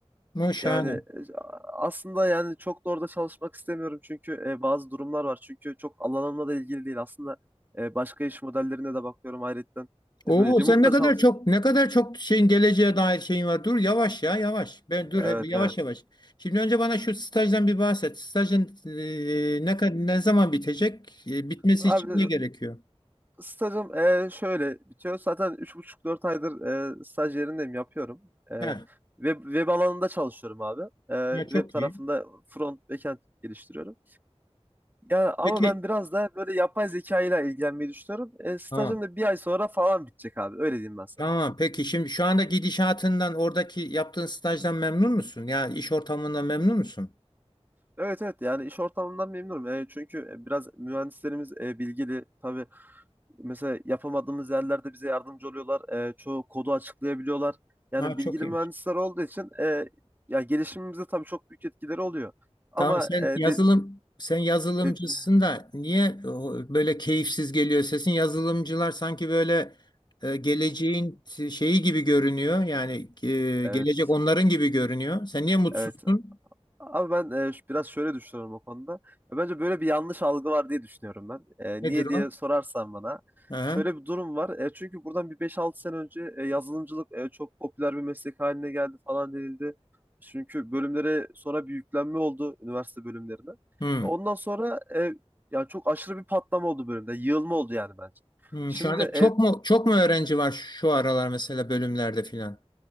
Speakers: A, on the left (about 40°); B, on the right (about 15°).
A: Mu şahane.
B: yani e, aslında yani çok da orada çalışmak istemiyorum çünkü e, bazı durumlar var. Çünkü çok alanımla da ilgili değil. Aslında e, başka iş modellerine de bakıyorum ayrıca.
A: Oo
B: E, böyle remote'da
A: sen ne kadar
B: çalış.
A: çok ne kadar çok şeyin geleceğe dair şeyin var. Dur yavaş ya yavaş. Ben dur
B: Evet
A: he- yavaş
B: evet.
A: yavaş. Şimdi önce bana şu stajdan bir bahset. Stajın e, ne kad- ne zaman bitecek? E, bitmesi
B: Abi
A: için ne gerekiyor?
B: Stajım e, şöyle bitiyor. Zaten üç buçuk dört aydır e, staj yerindeyim, yapıyorum. E,
A: He.
B: web, web alanında çalışıyorum abi. E,
A: Ya
B: web
A: çok
B: tarafında
A: iyi.
B: front, backend geliştiriyorum. Yani ama
A: Peki
B: ben biraz da böyle yapay zeka ile ilgilenmeyi düşünüyorum. E, stajım
A: tamam.
B: da bir ay sonra falan bitecek abi. Öyle diyeyim ben sana.
A: Tamam. Peki şimdi şu anda gidişatından oradaki yaptığın stajdan memnun musun? Ya iş ortamından memnun musun?
B: Evet evet yani iş ortamından memnunum. E, çünkü biraz mühendislerimiz e, bilgili. Tabii Mesela yapamadığımız yerlerde bize yardımcı oluyorlar. Ee, çoğu kodu açıklayabiliyorlar. Yani
A: Ha çok
B: bilgili
A: iyi.
B: mühendisler olduğu için e, ya gelişimimize tabii çok büyük etkileri oluyor. Ama
A: Tamam sen
B: e,
A: yazılım
B: de,
A: sen yazılımcısın
B: de-
A: da niye o, böyle keyifsiz geliyor sesin? Yazılımcılar sanki böyle e, geleceğin t- şeyi gibi görünüyor. Yani e,
B: <laughs> evet,
A: gelecek onların gibi görünüyor. Sen niye mutsuzsun?
B: evet Abi ben e, ş- biraz şöyle düşünüyorum o konuda. Ya bence böyle bir yanlış algı var diye düşünüyorum ben. E,
A: Nedir
B: niye
A: o?
B: diye sorarsan bana.
A: Aha.
B: Şöyle bir durum var. E, çünkü buradan bir beş altı sene önce e, yazılımcılık e, çok popüler bir meslek haline geldi falan denildi. Çünkü bölümlere sonra bir yüklenme oldu üniversite bölümlerine.
A: Hmm.
B: Ondan sonra e, yani çok aşırı bir patlama oldu bölümde. Yığılma oldu yani bence.
A: Hmm.
B: Şimdi
A: Şu anda
B: e,
A: çok mu çok mu öğrenci var şu aralar mesela bölümlerde filan?